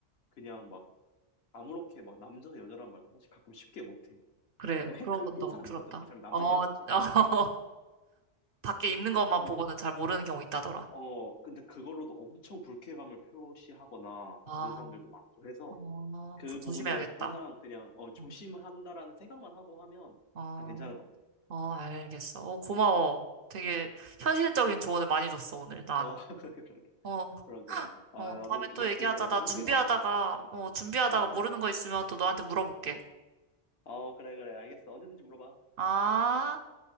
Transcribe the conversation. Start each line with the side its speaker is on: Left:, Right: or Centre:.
Left: 그냥 막 아무렇게 막 남자 여자란 말도 사실 가끔 쉽게 못해.
Right: 그래.
Left: 그럼 헷갈리는
Right: 그런 건 너
Left: 사람이
Right: 들었다.
Left: 있거든. 이 사람이 남자인지
Right: 어,
Left: 여자인지.
Right: <laughs> 어, 밖에 입는 것만
Left: 근데
Right: 보고는 잘 모르는 경우 있다더라.
Left: 어 근데 그걸로도 엄청 불쾌감을 표시하거나 막
Right: 아,
Left: 그런 사람들도 많고 해서
Right: 어,
Left: 그
Right: 그거 조심해야겠다.
Left: 부분에 대해서 항상 그냥 어 조심한다라는
Right: 어.
Left: 생각만 하고 하면
Right: 어.
Left: 다 괜찮은 것 같아.
Right: 어, 알겠어. 어, 고마워. 되게 현실적인
Left: 아,
Right: 조언을 많이 줬어, 오늘 난.
Left: 어 <laughs> 그러게
Right: 어,
Left: 그러게. 아
Right: 어,
Left: 나도
Right: 다음에
Left: 이
Right: 또
Left: 말
Right: 얘기하자.
Left: 들으니까 나는
Right: 나
Left: 한국에
Right: 준비하다가,
Left: 가고 싶어.
Right: 어, 준비하다가
Left: 어.
Right: 모르는 거 있으면 또 너한테 물어볼게.
Left: 어 그래 그래 알겠어. 언제든지 물어봐.
Right: 아.